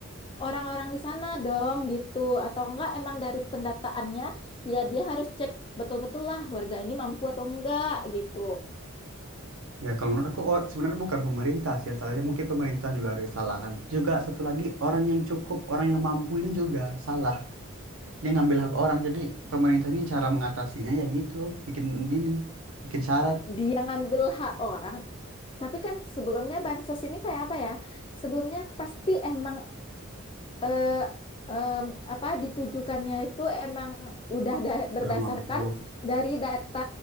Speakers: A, on the left; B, on the right.
A: orang-orang di sana dong gitu. Atau enggak emang dari pendataannya, ya dia harus cek betul-betul lah warga ini mampu atau enggak gitu.
B: ya kalau menurut aku or- sebenarnya bukan pemerintah sih yang salahnya. Mungkin pemerintah juga ada kesalahan. Juga satu lagi orang yang cukup, orang yang mampu ini juga salah. Dia ngambil hak orang. Jadi pemerintah ini cara mengatasinya ya gitu, bikin ini, bikin syarat
A: dia ngambil hak orang tapi kan sebelumnya bansos ini kayak apa ya sebelumnya pasti emang eh, em, apa ditujukannya itu emang udah da-
B: kurang
A: berdasarkan
B: mampu.
A: dari data